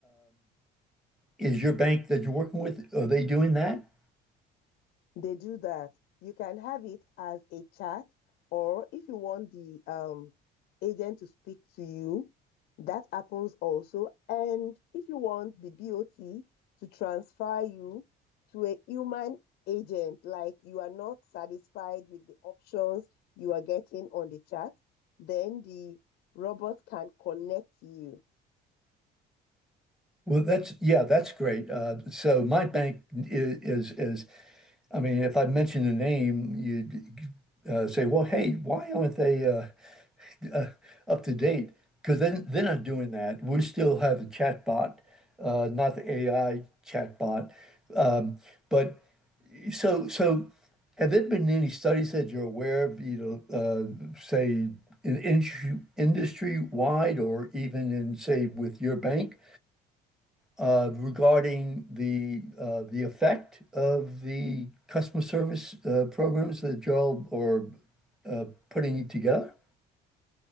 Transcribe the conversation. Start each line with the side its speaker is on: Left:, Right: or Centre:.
Centre: Is your bank that you're working with, are they doing that?
Left: They do that. You can have it as a chat, or if you want the um agent to speak to you, that happens also. And if you want the BOT to transfer you to a human agent, like you are not satisfied with the options you are getting on the chat, then the robot can connect you.
Centre: Well, that's yeah, that's great. Uh, so my bank is, is is I mean, if I mention a name, you'd uh, say, "Well, hey, why aren't they uh, uh, up to date?" Because then they're not doing that. We still have a chat bot, uh, not the AI chat bot, um, but So, so have there been any studies that you're aware of, you know, uh, say in industry, industry-wide or even in, say, with your bank, uh, regarding the uh, the effect of the customer service uh, programs that y'all are uh, putting together?